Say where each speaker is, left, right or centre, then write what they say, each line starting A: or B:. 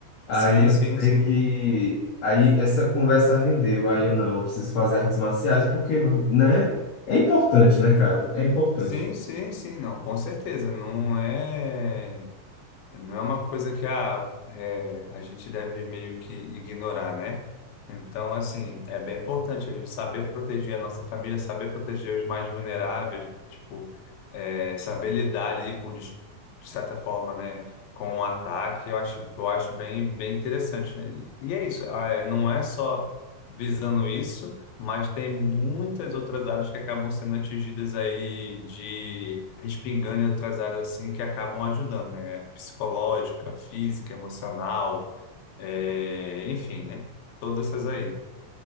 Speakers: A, on the left; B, on the left.
A: Aí
B: Sim,
A: eu
B: sim,
A: sei
B: sim.
A: que aí essa conversa rendeu, aí eu não, eu preciso fazer artes marciais porque, né? É importante, né, cara? É importante.
B: Sim, sim, sim, não, com certeza. Não é. não é uma coisa que ah, é, a gente deve meio que ignorar, né? Então, assim, é bem importante a gente saber proteger a nossa família, saber proteger os mais vulneráveis, tipo, é, saber lidar ali com, des- de certa forma, né, com um ataque, eu acho, eu acho bem, bem interessante, né? E é isso, ah, é, não é só visando isso, mas tem muitas outras áreas que acabam sendo atingidas aí de respingando em outras áreas assim que acabam ajudando, né? Psicológica, física, emocional, é, enfim, né? Todas essas aí.